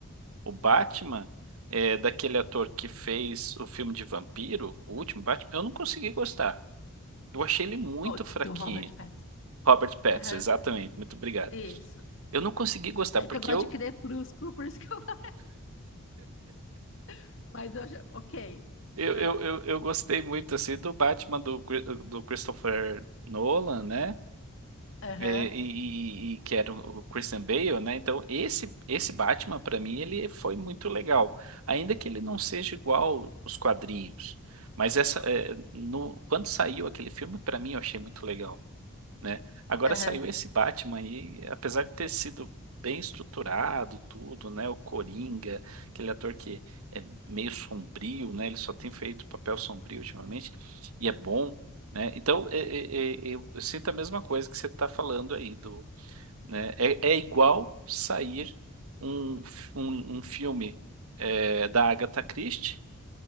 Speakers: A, on the right (about 75°); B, on the left (about 55°).
A: O Batman é daquele ator que fez o filme de vampiro, o último Batman. Eu não consegui gostar. Eu achei ele muito
B: o-
A: fraquinho.
B: do Robert Pattinson.
A: Robert Pattinson,
B: Aham,
A: exatamente. Muito obrigado.
B: Isso.
A: Eu não consegui gostar,
B: É
A: porque
B: porque eu gosto
A: eu,
B: de crer crepúsculo, por isso que eu falo. <laughs> Mas eu já. Ok.
A: eu,
B: Ah,
A: eu, eu, eu gostei muito assim do Batman do, Cri- do Christopher Nolan, né?
B: Aham.
A: E, e- e- e que era o Christian Bale, né? Então, esse, esse Batman, pra mim, ele foi muito legal. Ainda que ele não seja igual os quadrinhos. Mas essa, é, no, quando saiu aquele filme, pra mim, eu achei muito legal. né? Agora
B: Aham,
A: saiu esse Batman aí, apesar de ter sido bem estruturado tudo, né? O Coringa, aquele ator que é meio sombrio, né? Ele só tem feito papel sombrio ultimamente e é bom, né? Então é- é- é- eu, eu sinto a mesma coisa que você está falando aí do, né? É, é igual sair um, f- um, um filme é, da Agatha Christie